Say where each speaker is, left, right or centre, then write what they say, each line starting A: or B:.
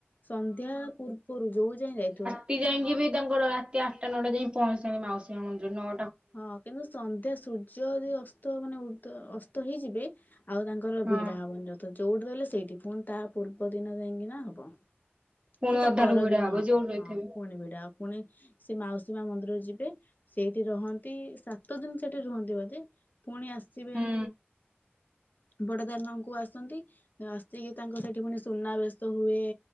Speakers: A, on the left; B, on the right.
A: ସନ୍ଧ୍ୟା ପୂର୍ବରୁ ଯୋଉ ଯାଏ ଯାଇ
B: ହେଟିଯାଇଁକି ବି ତାଙ୍କର ରାତି ଆଠଟା ନଅଟା ଯାଇ ପହଞ୍ଚିଲଣି ମାସୀ ମନ୍ଦିର ନଅ
A: ହଁ କିନ୍ତୁ ସନ୍ଧ୍ୟା ସୂର୍ଯ୍ୟ ଯଦି ଅସ୍ତ ମାନେ ଉର୍ଦ୍ଧ ଅସ୍ତ ହେଇଯିବେ ଆଉ ତାଙ୍କର
B: ହଁ
A: ଭିଡ଼ା ହେବନି ରଥ ଯୋଉଠି ରହିଲେ ସେଇଠି ପୁଣି ତା ପୂର୍ବ ଦିନ ଯାଇକିନା ହବ।
B: ପୁଣି
A: ତ ତା
B: ଅଧାରୁ
A: ପରଦିନ
B: ଭିଡା
A: ହବ
B: ଯୋଉଠି ରହିଥିବେ।
A: ହଁ ପୁଣି ଭିଡା ହବ। ପୁଣି ସେ ମାଉସୀ ମା ମନ୍ଦିର ଯିବେ ସେଇଠି ରହନ୍ତି ସା ସାତ ଦିନ ସେଠି ରୁହନ୍ତି ବୋଧେ ପୁଣି ଆସିବେ
B: ହୁଁ
A: ବଡଦାଣ୍ଡ ଙ୍କୁ ଆସନ୍ତି ଆସିକି ତାଙ୍କ ସେଠି ପୁଣି ସୁନାବେେଶ ହୁଏ।